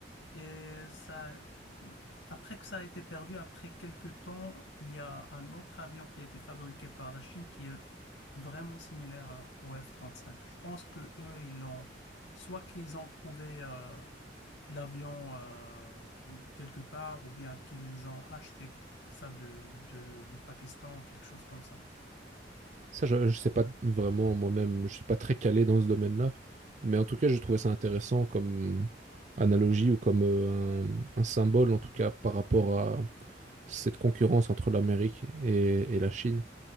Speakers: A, on the left; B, on the right.
A: Et ça, après que ça a été perdu, après quelques temps, il y a un autre avion qui a été fabriqué par la Chine qui est vraiment similaire à- au F-35. Je pense que eux, ils l'ont, soit qu'ils ont trouvé euh, l'avion euh, quelque part, ou bien qu'ils ont acheté ça de, de- du Pakistan, quelque chose comme ça.
B: Ça, je, je sais pas vraiment moi-même, je suis pas très calé dans ce domaine-là, mais en tout cas, je trouvais ça intéressant comme analogie ou comme euh, un, un symbole, en tout cas, par rapport à cette concurrence entre l'Amérique et, et la Chine.